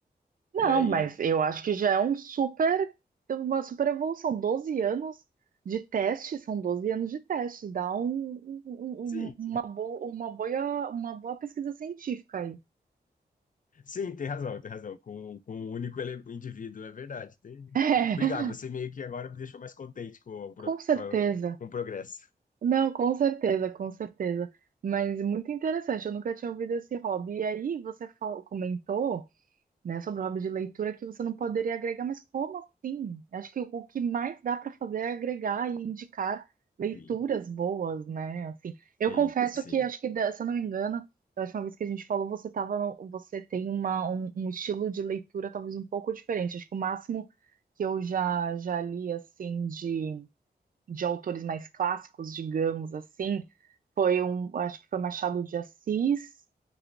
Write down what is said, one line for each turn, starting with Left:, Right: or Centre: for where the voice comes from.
Right: Não,
Left: E aí,
Right: mas eu acho que já é um super, uma super evolução. doze anos de teste, são 12 anos de teste, dá um, um- um-
Left: sim,
Right: um, uma boa, uma boa, uma boa pesquisa científica aí.
Left: sim, tem razão, tem razão. Com, com um único ele- indivíduo, é verdade. Tem...
Right: <laughs>
Left: Obrigado, você
Right: É,
Left: meio que agora me deixou mais contente com o, pro-
Right: com certeza.
Left: com a- com o progresso.
Right: Não, com certeza, com certeza. Mas muito interessante, eu nunca tinha ouvido esse hobby. E aí você fal- comentou, né, sobre o hobby de leitura que você não poderia agregar, mas como assim? Acho que o, o que mais dá para fazer é agregar e indicar leituras
Left: Sim,
Right: boas, né? Assim, eu
Left: sim,
Right: confesso
Left: sim.
Right: que acho que, da- se eu não me engano, da última vez que a gente falou, você tava, no- você tem uma, um, um estilo de leitura talvez um pouco diferente. Acho que o máximo que eu já já li assim de de autores mais clássicos, digamos assim, foi um, acho que foi Machado de Assis.